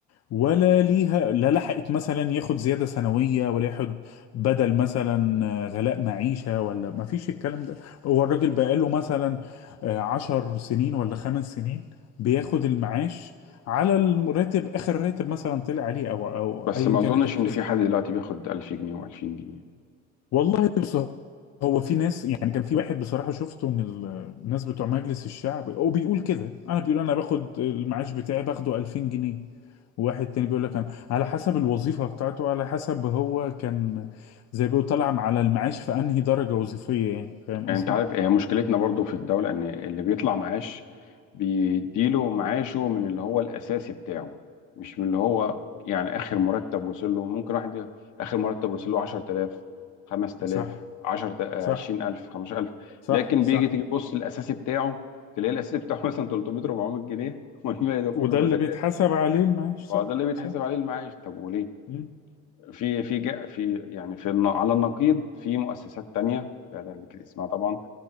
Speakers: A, on the left; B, on the left.
A: ولا ليها لا لحقت مثلا ياخد زيادة سنوية ولا ياخد بدل مثلا آه، غلاء معيشة ولا ما فيش الكلام ده هو الراجل بقاله مثلا آه، عشر سنين ولا خمس سنين بياخد المعاش على الراتب آخر راتب مثلا طلع عليه أو أو
B: بس
A: أيا
B: ما
A: كانت
B: اظنش
A: الحسبة
B: ان في حد دلوقتي بياخد 1000 جنيه و2000 جنيه
A: والله بص هو في ناس يعني كان في واحد بصراحة شفته من ال- الناس بتوع مجلس الشعب وبيقول كده أنا بيقول أنا باخد المعاش بتاعي باخده 2000 جنيه واحد تاني بيقول لك انا على حسب الوظيفه بتاعته على حسب هو كان زي بيقول طالع على المعاش في انهي درجه وظيفيه يعني فاهم
B: يعني
A: قصدي
B: انت عارف هي مشكلتنا برضو في الدولة ان اللي بيطلع معاش بيديله معاشه من اللي هو الاساسي بتاعه مش من اللي هو يعني اخر مرتب وصل له ممكن واحد ي- اخر مرتب وصل له 10000 5000
A: صح
B: 10
A: صح
B: 20000 15000
A: صح
B: لكن
A: صح
B: بيجي تيجي تبص الاساسي بتاعه تلاقي الاساسي بتاعه <laughs> مثلا 300 400 جنيه والباقي ده كله
A: وده
B: بدلات
A: اللي بيتحسب عليه المعاش صح
B: فده اللي بيتحسب
A: صح
B: عليه المعاش طب وليه
A: مم.
B: في في جا- في يعني في النا- على النقيض في مؤسسات تانية لا ده ذكر اسمها طبعا